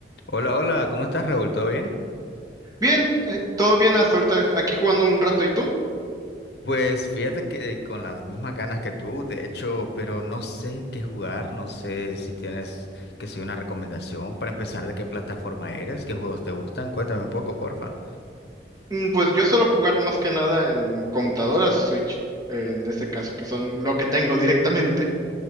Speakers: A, on the left; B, on the right.
A: Hola, hola, ¿cómo estás, Raúl? ¿Todo bien?
B: Bien, eh, todo bien hasta ahorita, aquí jugando un rato, ¿y tú?
A: Pues fíjate que con las mismas ganas que tú, de hecho, pero no sé qué jugar, no sé si tienes que ser una recomendación para empezar, de qué plataforma eres, qué juegos te gustan, cuéntame un poco, porfa.
B: Mm, Pues yo suelo jugar más que nada en computadoras Switch, en este caso, que son lo que tengo directamente.